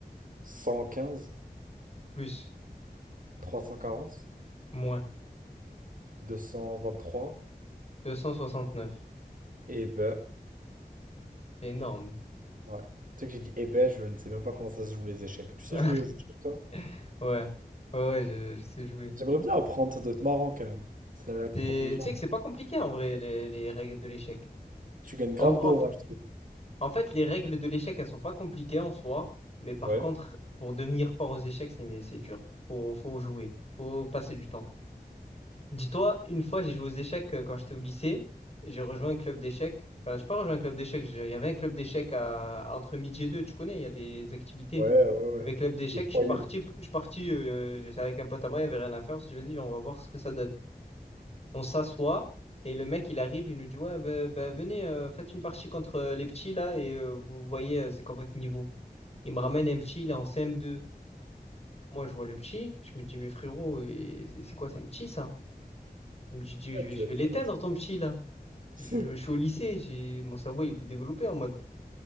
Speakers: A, on the right; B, on the left.
A: 115,
B: Plus,
A: 340,
B: moins.
A: 223.
B: 269.
A: Eh ben,
B: C'est énorme.
A: ouais. Tu sais que j'ai dit eh ben, je ne sais même pas comment ça se joue les échecs. Tu sais
B: <laughs> Ouais,
A: jouer aux échecs, toi?
B: ouais, ouais, je, je sais jouer.
A: J'aimerais bien apprendre, ça doit être marrant quand même. Ça a l'air d'être
B: Et
A: intelligent.
B: Tu sais que c'est pas compliqué en vrai, les, les règles de l'échec.
A: Tu gagnes grave
B: En, en,
A: d'orage.
B: f- en fait, les règles de l'échec, elles sont pas compliquées en soi, mais par
A: Ouais.
B: contre, pour devenir fort aux échecs, c'est c'est dur. Faut, faut jouer, faut passer du temps. Dis-toi, une fois, j'ai joué aux échecs euh, quand j'étais au lycée, j'ai rejoint un club d'échecs. Enfin, j'ai pas rejoint un club d'échecs, j'ai- il y avait un club d'échecs à, à entre midi et deux, tu connais, il y a des, des activités.
A: Ouais, ouais, ouais.
B: Avec club d'échecs,
A: Des
B: je
A: foyers,
B: suis parti,
A: ouais,
B: p- je suis parti, euh, euh, j'étais avec un pote à moi, il y avait rien à faire, on s'est dit, vas-y, on va voir ce que ça donne. On s'assoit et le mec, il arrive, il nous dit, ouais, ben ben, venez, euh, faites une partie contre euh, les petits là et euh, vous voyez, euh, c'est quoi votre niveau. Il me ramène un petit, il est en CM2. Moi, je vois le petit, je me dis, mais frérot, et c'est c'est quoi, c'est un petit ça? Il me dit, Dieu, je vais,
A: tu
B: je
A: vas
B: vais l'éteindre
A: faire ça.
B: ton petit là.
A: <laughs>
B: Je, je suis au lycée, j'ai, mon cerveau, il est plus développé en mode,